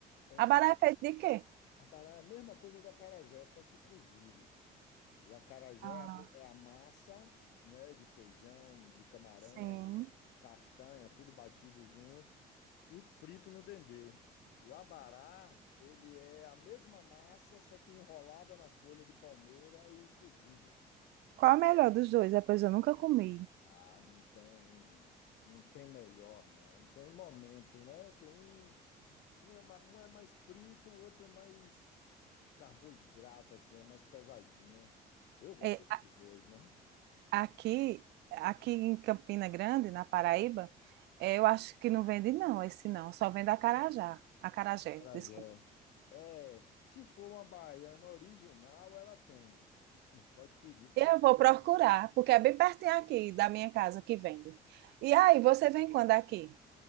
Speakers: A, on the left (about 75°); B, on the right (about 80°).
A: é,
B: Abará
A: a-
B: é feito de quê?
A: abará é a mesma coisa do acarajé, só que cozido. O acarajé
B: Ah,
A: é a me- é a massa, né? De feijão, de camarão,
B: sim.
A: castanha, tudo batido junto e frito no dendê. O abará, ele é a mesma massa, só que enrolada na folha de palmeira e cozido.
B: Qual é o melhor dos dois? É, pois eu nunca comi.
A: Ah, não tem, não tem melhor, não. Tem momento, né? Tem um, um é mais, um é mais frito, o outro é mais carboidrato, assim, é mais pesadinho. Eu gosto
B: É, a-
A: dos dois, né?
B: aqui, aqui em Campina Grande, na Paraíba, é, eu acho que não vende não, esse não. Só vende acarajá. Acarajé,
A: Acarajé.
B: desculpa.
A: É, se for uma baiana original, ela tem. Pode pedir que
B: Eu
A: ela.
B: vou procurar, porque é bem pertinho aqui da minha casa que vende. E aí, você vem quando aqui?